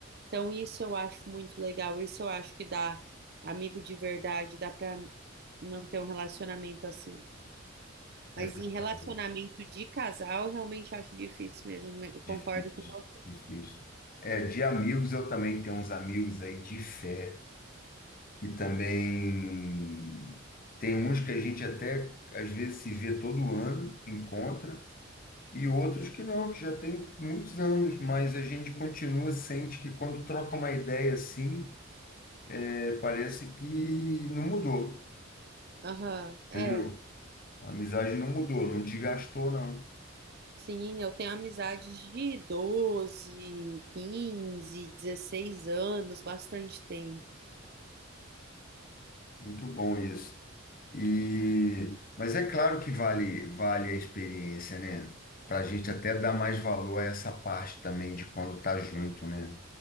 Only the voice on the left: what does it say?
É
verdade.
Difícil,
difícil. É, de amigos eu também tenho uns amigos aí de fé. que também tem uns que a gente até às vezes se vê todo ano, encontra, e outros que não, que já tem muitos anos, mas a gente continua, sente que quando troca uma ideia assim, é, parece que não mudou,
entendeu?
A amizade não mudou, não desgastou, não.
Muito bom isso. E, mas é claro que vale, vale a experiência, né? Para a gente até dar mais valor a essa parte também de quando tá junto, né?